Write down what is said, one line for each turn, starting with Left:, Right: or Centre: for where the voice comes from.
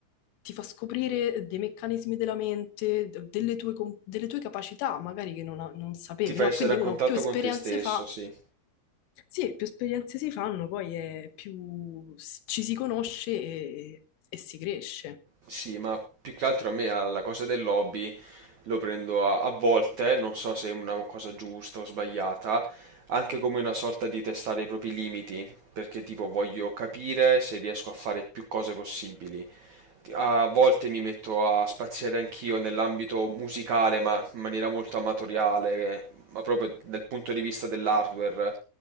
Left: ti fa scoprire dei meccanismi della mente, d- delle tue, com- delle tue capacità, magari che non, a- non sapevi,
Right: Ti fa
Left: no?
Right: essere
Left: Quindi
Right: a
Left: uno
Right: contatto
Left: più esperienze
Right: con te stesso,
Left: fa,
Right: sì.
Left: sì, più esperienze si fanno, poi è più s- ci si conosce e, e si cresce.
Right: Sì, ma più che altro a me alla cosa del lobby lo prendo a, a volte, non so se è una cosa giusta o sbagliata, anche come una sorta di testare i propri limiti, perché tipo voglio capire se riesco a fare più cose possibili a volte mi metto a spaziare anch'io nell'ambito musicale, ma in maniera molto amatoriale, eh, ma proprio dal punto di vista dell'hardware.